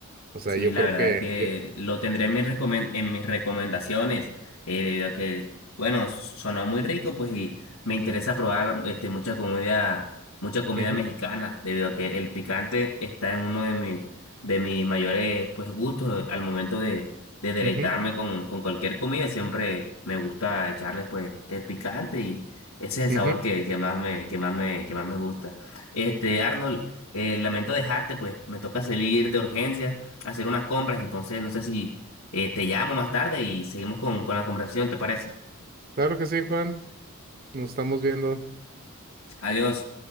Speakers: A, on the right; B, on the left.
A: O sea,
B: Sí,
A: yo
B: la
A: creo
B: verdad
A: que
B: es que
A: yo-
B: lo tendré en mis, recomen- en mis recomendaciones, eh, debido a que, bueno, sonó muy rico, pues, y me interesa probar este, mucha comida, mucha comida
A: Ujú,
B: mexicana,
A: ujú,
B: debido a que el picante está en uno de mis, de mis mayores, pues, gustos al momento de, de deleitarme
A: ujú,
B: con, con cualquier comida. Siempre me gusta echarle, pues, el picante y ese es el sabor
A: ujú.
B: que, que más me, que más me, que más me gusta. Este, Arnold, eh, lamento dejarte, pues, me toca salir de urgencia hacer unas compras, entonces no sé si eh, te llamo más tarde y seguimos con, con la conversación, ¿te parece?
A: Claro que sí, Juan. Nos estamos viendo.
B: Adiós.